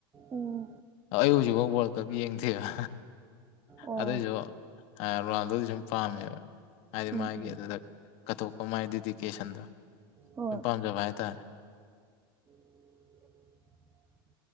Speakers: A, on the right (about 20°); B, on the left (about 50°).
A: ꯎꯝ
B: ꯑꯩ ꯍꯧꯖꯤꯛ ꯖꯤꯐ ꯋꯥꯔꯛꯇ ꯌꯦꯡꯊꯦꯕ
A: ꯑꯣ
B: ꯑꯗꯨꯏꯁꯨ ꯔꯨꯜꯗꯨꯗꯤ ꯁꯨꯝ ꯄꯥꯝꯃꯦꯕ ꯍꯥꯏꯗꯤ
A: ꯎꯝ
B: ꯃꯥꯒꯤ
A: ꯎꯝ
B: ꯑꯗꯨꯗ ꯀꯠꯊꯣꯛꯄ ꯃꯥꯏꯗꯨꯗꯤ ꯀꯦꯁꯟꯗ꯭ꯔ
A: ꯍꯣꯏ
B: ꯁꯨꯝ ꯄꯥꯝꯖꯕ ꯍꯥꯏꯇꯥꯔꯦ
A: <inaudible>